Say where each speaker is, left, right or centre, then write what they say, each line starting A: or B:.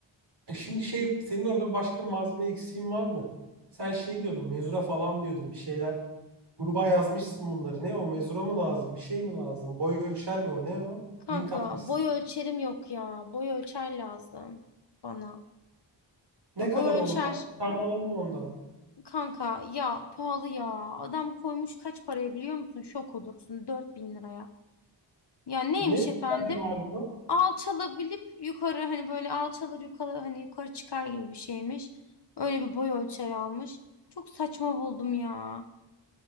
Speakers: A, on the right; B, on the left.
A: E şimdi şey senin orada başka malzeme eksiğin var mı? Sen şey diyordun mezura falan diyordun bir şeyler. Gruba yazmışsın bunları. Ne o mezura mı lazım? Bir şey mi lazım? Boy ölçer mi o? Ne o?
B: Kanka
A: Link atmışsın.
B: boy ölçerim yok ya. Boy ölçer lazım bana.
A: Ne
B: Ya
A: kadar
B: boy
A: onlara?
B: ölçer
A: Bir tane alalım ondan.
B: kanka ya pahalı ya. Adam koymuş kaç paraya biliyor musun? Şok olursun 4000 liraya. Ya neymiş
A: Ne
B: efendim?
A: özelliği var bunun?
B: alçalabilip yukarı hani böyle alçalır yukarı hani yukarı çıkar gibi bir şeymiş. Öyle bir boy ölçer almış. Çok saçma buldum ya.